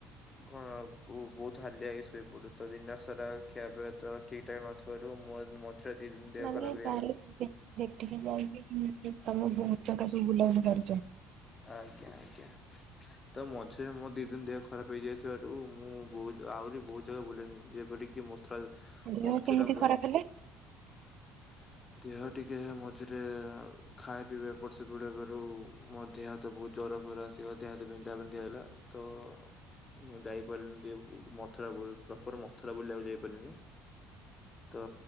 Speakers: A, on the left (about 20°); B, on the right (about 55°).
A: କଣ ବହୁତ ହାଲିଆଇ ହେଇକି ଶୋଇପଡୁ। ତ ଦିନ ସାରା ଖିଆ ପିଇବା ତ ଠିକ୍ ଠାକ୍ ନଥିବାରୁ ମଝିରେ ଦି ଦିନ ଦେହ
B: ମାନେ
A: ଖରାପ ହେଇଗଲା।
B: ତାହେଲେ ସେଠିକି ଯାଇକି ତମ ବହୁ ଛା ସ ବୁଲାବୁଲି କରଛ।
A: ଆଜ୍ଞା ଆଜ୍ଞା। ତ ମଝିରେ ମୋ ଦି ଦିନ୍ ଦେହ ଖରାପ ହେଇଯାଇଥିବାରୁ ମୁଁ ବହୁତ ଆହୁରି ବହୁତ ଜାଗା ବୁଲି ଯେପର କି
B: ଦେହ
A: ମଥୁରା
B: କେମିତି ଖରାପ
A: <unintelligible>
B: ହେଲେ?
A: ଦେହ ଟିକେ ମଝିରେ ଖାଇବା ପିଇବା ଏପଟ ସେପଟ ହେବାରୁ ଦେହ ହାତ ବହୁତ୍ ଜର ଫର ଆସିବ ଦେହ ହାତ ବିନ୍ଧା ବିନ୍ଧି ହେଲା ତ ମୁଁ ଯାଇପାରିଲିନି। ମଥୁରା ବୁ ପ୍ରପର ମଥୁରା ବୁଲିବାକୁ ଯାଇପାରିଲିନି। ତ